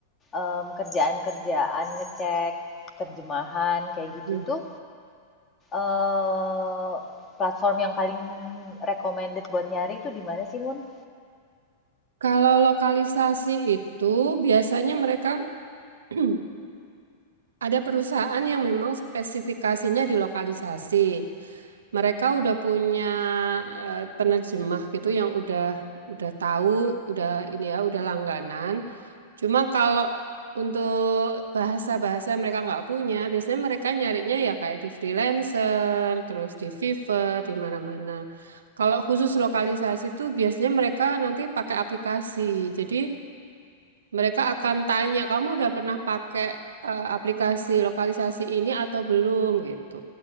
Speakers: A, on the left (about 25°); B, on the right (about 85°).
A: em, kerjaan-kerjaan ngecek terjemahan kayak gitu
B: Hmm.
A: tuh eh platform yang paling recommended buat nyari itu di mana sih Mun?
B: Kalau lokalisasi itu biasanya mereka <clears throat> Ada perusahaan yang memang spesifikasinya di lokalisasi. Mereka udah punya eh, penerjemah gitu yang udah udah tahu, udah ini ya, udah langganan. Cuma kalau untuk bahasa-bahasa yang mereka nggak punya, biasanya mereka nyarinya ya kayak di freelancer, terus di Fiverr, di mana-mana. Kalau khusus lokalisasi tuh biasanya mereka nanti pakai aplikasi. Jadi mereka akan tanya, kamu udah pernah pakai eh, aplikasi lokalisasi ini atau belum gitu.